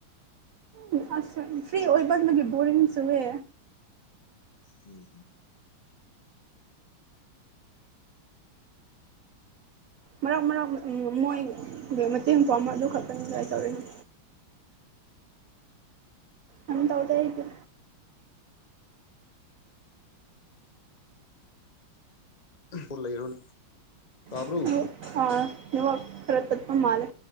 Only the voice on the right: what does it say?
ꯎꯝ ꯑꯁ ꯐ꯭ꯔꯤ ꯑꯣꯏꯃꯥꯟꯕꯒꯤ ꯕꫭꯔꯤꯡ ꯆꯨꯋꯦ꯫
ꯃꯔꯛ ꯃꯔꯛ ꯃ ꯃꯣꯏ ꯃꯇꯦꯡ ꯄꯥꯡꯕ ꯑꯗꯨ ꯈꯛꯇꯪꯅꯤꯗ ꯑꯩ ꯇꯧꯔꯤꯅꯤ ꯌꯥꯝ ꯇꯧꯗꯦ ꯑꯩꯗꯤ
<unintelligible> ꯑꯥ ꯅꯦꯠ ꯋꯥꯛ ꯈꯔ ꯇꯠꯄ ꯃꯥꯜꯂꯦ